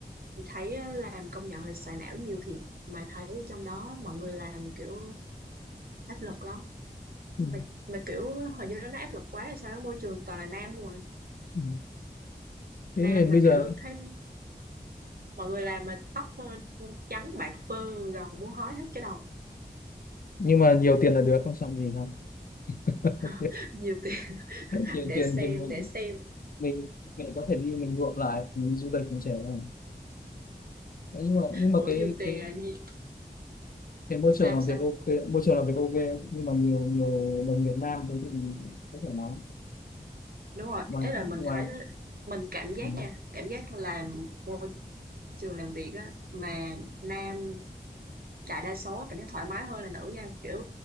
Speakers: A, on the right; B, on the left.
A: thì thấy á, làm công nhận là xài não nhiều thiệt mà thấy trong đó mọi người làm kiểu áp lực lắm
B: Ừ.
A: mà, mà kiểu hình như nó áp lực quá hay sao á, môi trường toàn là nam không à
B: Ừ. thế
A: nam
B: nên
A: mà
B: bây giờ
A: kiểu thấy mọi người làm mà tóc ờ, trắng bạc phơ gần muốn hói hết cái đầu
B: nhưng mà nhiều tiền là được không xong gì đâu <laughs>
A: <laughs> nhiều tiền
B: nhiều
A: để
B: tiền
A: xem
B: thì mình
A: để xem
B: mình mình có thể đi mình nhuộm lại mình đi du lịch mình trẻ lại Đấy, nhưng mà nhưng mà
A: ủa
B: cái
A: nhiều tiền
B: cái
A: là gì
B: cái môi
A: sao
B: trường làm
A: sao
B: việc ok môi trường làm việc ok nhưng mà nhiều nhiều đồng Việt Nam thế thì rất thoải mái
A: đúng rồi
B: ngoài
A: ấy là mình
B: ngoài
A: thấy đó, mình cảm giác
B: ừ.
A: nha cảm giác làm môi trường làm việc á mà nam đại đa số cảm giác thoải mái hơn là nữ nha kiểu